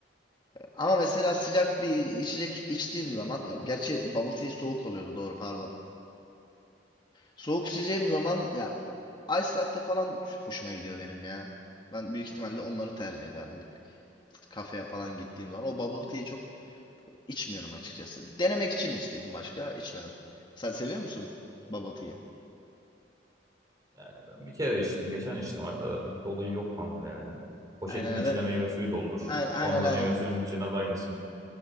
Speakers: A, on the left; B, on the right.
A: Ama mesela sıcak bir içecek içtiğim zaman ya gerçi bubble tea soğuk oluyordu doğru pardon. Soğuk içeceğim zaman ya ice latte falan hoşuma gidiyor benim ya. Ben büyük ihtimalle onları tercih ederdim. Bir kafeye falan gittiğim zaman. O bubble tea'yi çok içmiyorum açıkçası. Denemek için içtiydim başka içmedim. Sen seviyor musun bubble tea'yi?
B: Yani ben bir kere içtim, geçen içtim. Hatta da pek bir olayı yok kanka yani. Poşetin
A: Aynen
B: içine
A: böyle
B: meyve suyu doldur.
A: aynen aynen
B: Onu da
A: aynen.
B: meyve suyunun içine de aynısı.